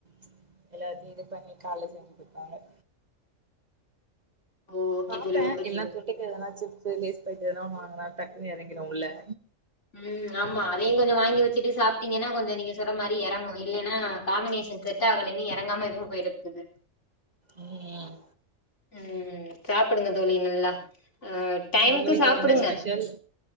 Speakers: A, on the right (about 35°); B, on the left (about 60°).
A: ச் எல்லாத்தையும் இது பண்ணி காலேல செஞ்சு குடுத்தாங்க
B: ஓ ஓகே
A: பாப்பே
B: தோழி ஓகே
A: இல்லனா
B: தோழி
A: தொட்டுக்க எதனா சிப்ஸ் ப்ஸ் லேஸ் பாக்கெட் எதுனா வாங்னா டக்குனு இறங்கிரு உள்ள
B: ம் ஆமா அதையு கொஞ்சோ வாங்கி வச்சுட்டு சாப்ட்டீங்கன்னா கொஞ்சோ நீங்க சொல் ற மாரி இறங்கு இல்லன்னா காம்பினேஷன் செட்டாகலனு இறங்காம இதுவும் போயிடு <unintelligible>
A: ம்
B: ம் சாப்டுங்க தோழி நல்லா ஆஹ் டைமுக்கு
A: உங்க வீட்ல
B: சாப்டுங்க
A: என்ன ஸ்பெஷல்